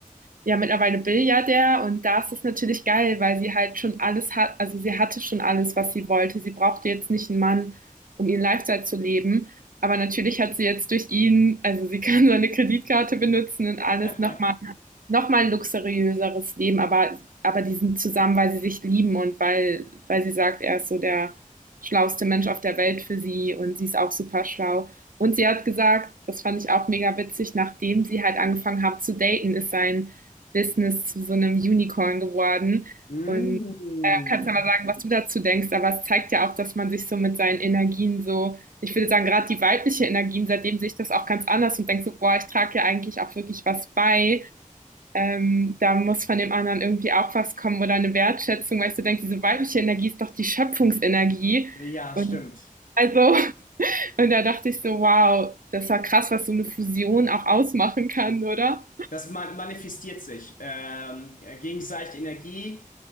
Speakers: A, on the right; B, on the left.
A: ja mittlerweile Milliardär und da ist das natürlich geil, weil sie halt schon alles hat, also sie hatte schon alles, was sie wollte. Sie brauchte jetzt nicht einen Mann, um ihren Lifestyle zu leben. Aber natürlich hat sie jetzt durch ihn, also sie <laughs> kann seine Kreditkarte benutzen und alles
B: <laughs>
A: nochmal noch mal ein luxuriöseres Leben, aber, aber die sind zusammen, weil sie sich lieben und weil, weil sie sagt, er ist so der schlauste Mensch auf der Welt für sie und sie ist auch super schlau. Und sie hat gesagt, das fand ich auch mega witzig, nachdem sie halt angefangen haben zu daten, ist sein Business zu so einem Unicorn geworden.
B: Mm.
A: Und äh, kannst ja mal sagen, was du dazu denkst, aber es zeigt ja auch, dass man sich so mit seinen Energien so, ich würde sagen, gerade die weibliche Energien, seitdem sehe ich das auch ganz anders und denke so, boah, ich trage ja eigentlich auch wirklich was bei. Ähm, da muss von dem anderen irgendwie auch was kommen oder eine Wertschätzung, weil ich so denke, diese weibliche Energie ist doch die Schöpfungsenergie.
B: Ja,
A: Und
B: stimmt.
A: also, <laughs> und da dachte ich so, wow, das war krass, was so eine Fusion auch ausmachen kann, oder?
B: Das ma- manifestiert sich. Ähm, gegenseitige Energie.